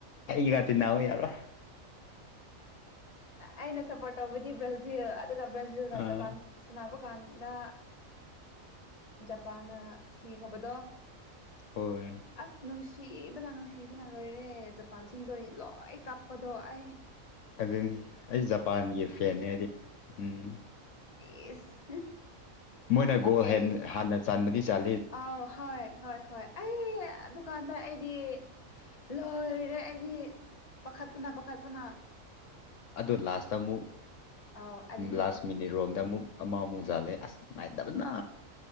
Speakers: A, on the left; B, on the left.
A: ꯑꯩꯒꯇꯤꯟꯟꯅꯑꯣ ꯌꯥꯔꯣ
B: ꯑꯩꯅ ꯁꯞꯄꯣꯔꯠ ꯇꯧꯕꯗꯤ ꯕ꯭ꯔꯥꯖꯤꯜ ꯑꯗꯨꯒ ꯕ꯭ꯔꯥꯖꯤꯜꯒ
A: ꯑꯥ
B: ꯖꯄꯥꯟ ꯁꯅꯕ ꯀꯥꯟꯗ ꯖꯄꯥꯟꯅ ꯁꯤꯈ꯭ꯔꯕꯗꯣ
A: ꯍꯣꯏ
B: ꯑꯁ ꯅꯨꯡꯁꯤꯕꯅ ꯅꯨꯡꯁꯤꯕꯅ ꯂꯣꯏꯔꯦ ꯖꯄꯥꯟꯁꯤꯡꯗꯣ ꯂꯣꯏ ꯀꯥꯞ ꯀꯗꯣꯛꯦ
A: ꯑꯗꯨꯅꯤ ꯑꯩ ꯖꯄꯥꯟꯒꯤ ꯐꯦꯦ ꯍꯥꯏꯗꯤ ꯎꯝ
B: ꯏꯁ
A: ꯃꯣꯏꯅ ꯒꯣꯜ
B: ꯀꯩ
A: ꯍꯥꯟꯅ ꯆꯟꯥꯟꯕꯗꯤ ꯆꯥ
B: ꯑꯥꯎ ꯍꯣꯏ ꯍꯣꯏ ꯍꯣꯏ ꯑꯩ ꯗꯨꯀꯥꯟꯗ ꯑꯩꯗꯤ ꯂꯣꯏꯔꯦ ꯑꯩꯗꯤ ꯄꯥꯈꯠꯄꯨꯅ ꯄꯥꯈꯠꯄꯨꯅ
A: ꯑ ꯂꯥꯁꯇ ꯑꯃꯨꯛ
B: ꯑꯥꯎ ꯑꯅꯤ
A: ꯂꯥꯁ ꯃꯤꯅꯤꯠ ꯔꯣꯝꯗ ꯑꯃꯨꯛ ꯑꯃ ꯑꯃꯨꯛꯖꯥꯠꯂꯦ ꯑꯁ ꯅꯨꯡꯉꯥꯏꯇꯕꯅ